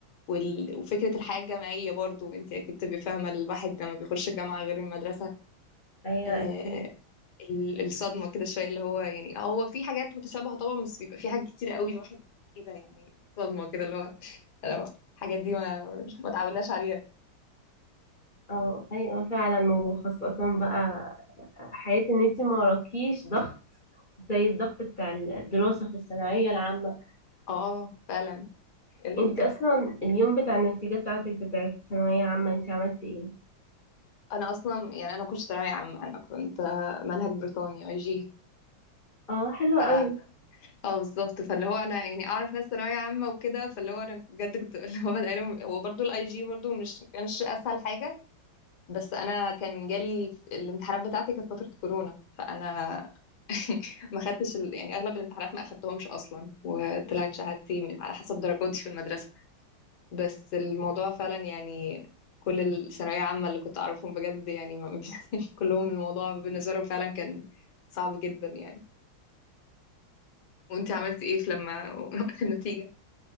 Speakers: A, on the left; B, on the left.
A: وال... وفكرة الحياة الجامعية برضو انت اكيد تبقي فاهمة الواحد لما بيخش الجامعة غير المدرسة
B: ايوه
A: آه
B: اكيد
A: ال- الصدمة كده شوية اللي هو يعني آه، هو في حاجات متشابهة طبعا بس بيبقى في حاجات كتير قوي الواحد كده يعني صدمة كده اللي هو أنا- الحاجات دي ما ما تعودناش عليها
B: اه ايوه فعلا وخاصة بقى حياة ان انت ما وراكيش ضغط زي الضغط بتاع الدراسة في الثانوية العامة
A: اه فعلا ال...
B: انت اصلا اليوم بتاع النتيجة بتاعتك بتاعت الثانوية عامة انت عملتي ايه؟
A: انا اصلا يعني انا ما كنتش ثانويه عامه انا كنت آه، منهج بريطاني اي جي
B: اه حلوة
A: اه
B: قوي
A: آه، بالظبط فاللي هو انا يعني اعرف ناس ثانويه عامه وكده فاللي هو انا بجد كنت <laughs> اللي هو بدأ لهم هو برضه الاي جي برضه مش كانش اسهل حاجه بس انا كان جالي الامتحانات بتاعتي كانت فتره كورونا فانا <laughs> ما خدتش ال... يعني اغلب الامتحانات ما اخدتهمش اصلا وطلعت شهادتي من... على حسب درجاتي في المدرسه بس الموضوع فعلا يعني كل الثانوية عامة اللي كنت أعرفهم بجد يعني ما- <laughs> كلهم الموضوع بالنسبة لهم فعلا كان صعب جدا يعني وانت عملت ايه في لما <laughs> وقت النتيجة؟